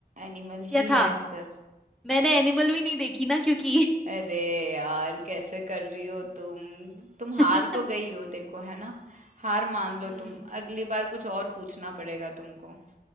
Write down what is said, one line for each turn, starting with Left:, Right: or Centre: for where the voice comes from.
Right: एनिमल
Centre: या
Right: ही है
Centre: था
Right: आंसर
Centre: मैंने एनिमल भी नहीं देखी ना क्योंकि
Right: अरे यार कैसे कर रही हो तुम तुम हार
Centre: <laughs>
Right: तो गई हो देखो है ना हार मान
Centre: हम्म
Right: लो तुम अगली बार कुछ और पूछना पड़ेगा तुमको